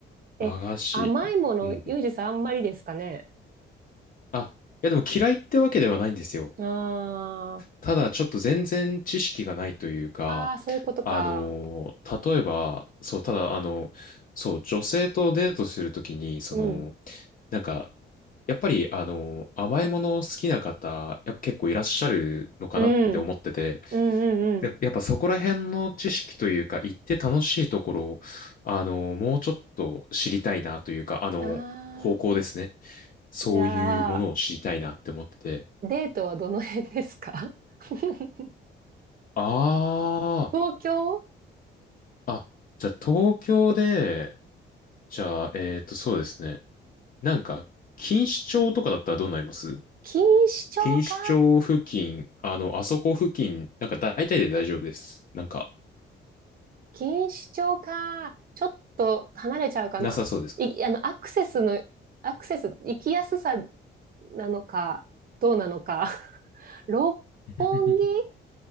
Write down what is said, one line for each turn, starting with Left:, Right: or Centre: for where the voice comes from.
Left: 和菓子。
Right: え、甘いもの、
Left: うんうん。
Right: ユージさんあんまりですかね。
Left: あ、いやでも嫌いってわけではないんですよ。
Right: あー
Left: ただちょっと全然知識がないというか、
Right: あー、そういうことか。
Left: あの例えば、そう、ただ、あの、そう、女性とデートするときに、その、
Right: うん。
Left: なんか、やっぱり、あの甘いもの好きな方、やっぱ結構いらっしゃるのかなって思ってて、
Right: うん。うんうんうん。
Left: で、やっぱそこら辺の知識というか、行って楽しいところを、あのもうちょっと知りたいなというか、あの、
Right: ああ、
Left: 方向ですね。そういうものを知りたいなって思ってて、
Right: じゃあ、デートはどの辺ですか <laughs>
Left: ああ、
Right: 東京
Left: あ、じゃあ東京で、じゃあ、えっと、そうですね。なんか、錦糸町とかだったらどうなります
Right: 錦糸町か。
Left: 錦糸町付近、あの、あそこ付近、なんか大体で大丈夫です。なんか、
Right: 錦糸町か。ちょっと離れちゃうかな。
Left: なさそうですか
Right: い、あの、アクセスの、アクセス、行きやすさなのか、どうなのか。<laughs> 六本木
Left: <laughs>